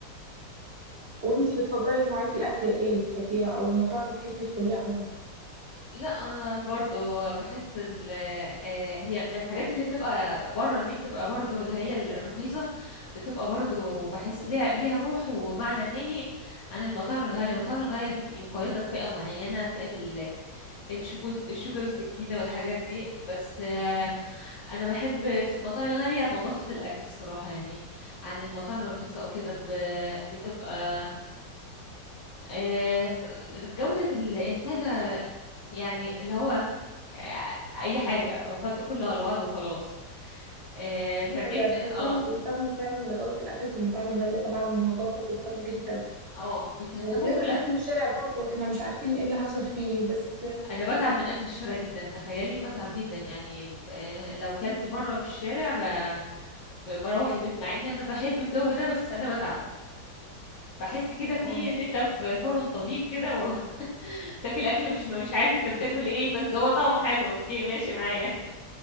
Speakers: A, on the right; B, on the left.
A: وانتي بتفضلي نوعية الأكل ايه اللي بتحبيها أو المطاعم اللي بتحبي تدخليها عموما
B: لا انا برضو بحس ال آه، هي الحاجات اللي بتبقى بره دي بتبقى برضو اللي هي الرخيصة بتبقى برضو بحس ليها ليها روح ومعنى تاني عن المطاعم الغالية المطاعم الغالية بتبقى مقيدة بفئة معينة فئة ال الشوكو- الشوكة بالسكينة والحاجات دي بس آه، أنا بحب في المطاعم الغالية نظافة الأكل الصراحة يعني عن المطاعم الرخيصة أو كده ب- بتبقى آه، جودة ال- الحاجة يعني اللي هو آه، اي حاجه واحط كله على بعضه وخلاص آه،
A: دي
B: فعشان
A: حقيقة بحسهم
B: اه
A: بيهتموا فعلا بجودة الأكل في المطاعم الغالية طبعا والنظافة بيهتموا جدا
B: اه بتهتموا
A: غير
B: بكلها
A: الأكل الشارع برضو احنا مش عارفين ايه اللي حصل فيه بس
B: انا بتعب من اكل الشارع جدا تخيلي بتعب جدا يعني ب- آه، لو كلت مره في الشارع ب- ب- بروح البيت مع اني انا بحب الجو ده بس انا بتعب بحس كده في
A: اه
B: ان انت في حر طليق كده وبتاكل <laughs> اكل مش مش عارف انت بتاكل ايه بس هو طعمه حلو اوكي ماشي معايا